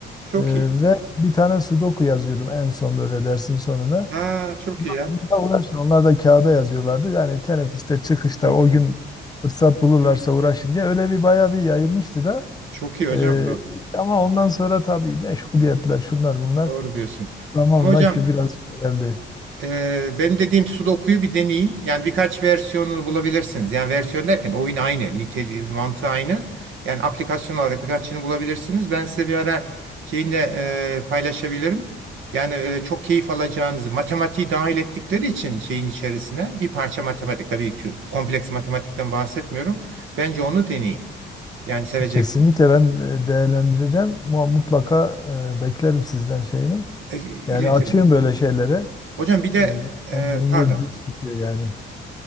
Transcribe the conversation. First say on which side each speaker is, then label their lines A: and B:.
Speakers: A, on the right (about 80°); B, on the left (about 20°).
A: çok
B: e,
A: iyi.
B: ve bir tane sudoku yazıyordum en son böyle dersin sonunda.
A: Ha çok iyi ya.
B: Bununla uğraşın. Onlar da kağıda yazıyorlardı. Yani teneffüste çıkışta
A: Çok
B: o gün
A: iyi.
B: fırsat bulurlarsa uğraşın diye öyle bir bayağı bir yayılmıştı da.
A: Çok iyi hocam
B: Ee,
A: bu.
B: ama ondan sonra tabii meşguliyetler şunlar bunlar
A: Doğru diyorsunuz.
B: zamanla
A: Ama hocam
B: ki biraz köreldi.
A: Ee, benim dediğim Sudoku'yu bir deneyin. Yani birkaç versiyonunu bulabilirsiniz. Yani versiyon derken oyun aynı, niteliği, mantığı aynı. Yani aplikasyon olarak birkaçını bulabilirsiniz. Ben size bir ara şeyini de e, paylaşabilirim. Yani e, çok keyif alacağınızı, matematiği dahil ettikleri için şeyin içerisine bir parça matematik, tabii ki kompleks matematikten bahsetmiyorum. Bence onu deneyin. Yani seveceksin.
B: Kesinlikle ben e, değerlendireceğim. Mu- Mutlaka e, beklerim sizden şeyini.
A: E,
B: Yani
A: iletirim.
B: açığım böyle şeylere.
A: Hocam bir de
B: E, insan
A: e,
B: zihninde
A: pardon.
B: diş tutuyor yani.